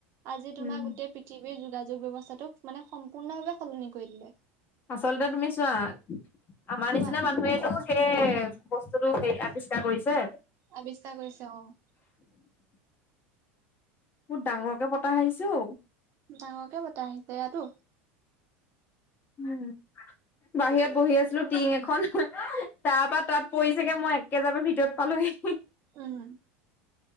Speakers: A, on the right; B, on the left.
A: আজি তোমাৰ
B: উম
A: গোটেই পৃথিৱী যোগাযোগ ব্যৱস্থোক মানে সম্পূৰ্ণভাৱে সলনি কৰি দিলে।
B: আচলতে তুমি চোৱা আমাৰ
A: কোৱা
B: নিচিনা মানুহেতটো সেই বস্তুতটো সে আৱিষ্কাৰ কৰিছে।
A: আৱিচা কৰিছো অ'।
B: বহুত ডাঙৰকে পতা আহিছো।
A: ডাঙৰকে বতাহ আহিছে ইয়াতো।
B: উম বাহিৰত বহি আছিলো টিং এখন তাৰপা তাত পৰিছেগে মই একে যাব ভিতৰত পালোহে।
A: উম।